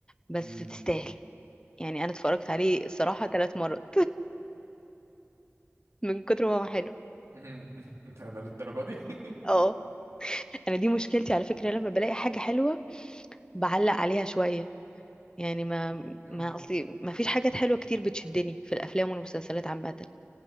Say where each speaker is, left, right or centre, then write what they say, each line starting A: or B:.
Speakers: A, on the left (about 15°); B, on the right (about 80°).
A: بس
B: امم
A: تستاهل يعني أنا اتفرجت عليه الصراحة ثلاث مرات <laughs> من كتر ما هو حلو
B: <laughs> ده ده للدرجة دي <laughs>
A: اه انا دي مشكلتي على فكره لما بلاقي حاجه حلوه بعلق عليها شويه يعني ما
B: امم
A: ما اصلي ما فيش حاجات حلوه كتير بتشدني في الافلام والمسلسلات عامه